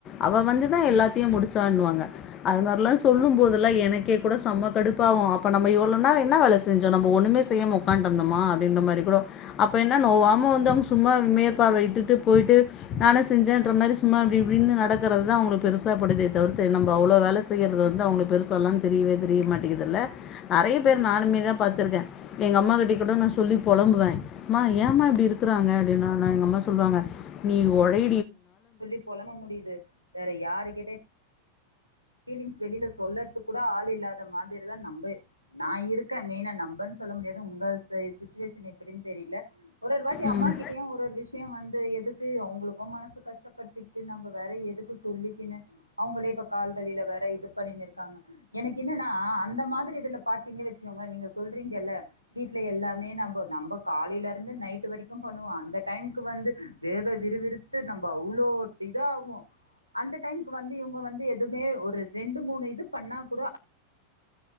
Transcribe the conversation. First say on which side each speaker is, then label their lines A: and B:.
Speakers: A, on the left; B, on the left.
A: அவ வந்துதா எல்லாத்தையும் முடிச்சான்னு வாங்க அது மாரில்லாம் சொல்லும் போதுல்ல எனக்கே கூட செம்ம கடுப்பாவு அப்ப நம்ப எவ்ளோ நேரம் என்ன வேல செஞ்சோ நம்ம ஒண்ணுமே செய்யமா உக்கான்டு இருந்தோமா அப்டின்ற மாரி கூட அப்ப என்ன நோவாமவந்து அவங்க சும்மா மேப்பார்வ இட்டு போய்ட்டு நானு செஞ்சேன்ற மாரி சும்மா இப்டி இப்டின்னு நடக்கறிறதுதா அவங்களுக்கு பெருசா படுது தவிர்த்து நம்ப அவ்ளோ வேல செய்யறது வந்து அவங்களுக்கு பெருசா எல்லா தெரியவே தெரிய மாட்டேங்கதில்ல நெறய பேர் நானுமே தா பாத்துருக்க எங்க அம்மா கிட்டி கூட நா சொல்லி புழம்புவே அம்மா ஏன்மா இப்டி இருக்குறாங்க அப்டின்னா நா எங்க அம்மா சொல்லுவாங்க நீ ஒழை
B: சொல்லி பொலம்ப முடியுது வேற யாருகிட்டயு பீலிங்ஸ் வெளில சொல்லறது கூட ஆள் இல்லாத மாரிதா நம்ம நா இருக்கே மெய்னா நம்மன்னு சொல்ல முடியாது உங்க சுச்சுவேஷன் எப்டின்னு தெரில ஒரு ஒரு வாட்டி
A: ம்
B: அம்மா கிட்டயு ஒரு ஒரு விஷயம் வந்து எதுக்கு அவங்களுக்கும் மனசு கஷ்டப்படுத்திட்டு நம்ம வேற எதுக்கு சொல்லிக்கினு அவங்களே இப்ப கால் வழில வேற இது பண்ண இருக்காங்க எனக்கு என்னன்னா அந்த மாரி இதுல பாத்தீங்க வெச்சுக்கோங்க நீங்க சொல்றீங்கல்ல வீட்ல எல்லாமே ந நம்ப காலில இருந்து நைட் வரைக்கு பண்ணுவோ அந்த டைக்கு வந்து வேர்வ விறுவிருத்து நம்ம அவ்ளோ இதா ஆகும் அந்த டைமுக்கு வந்து இவங்க வந்து துமே ஒரு ரெண்டு மூணு இது பண்ணா கூட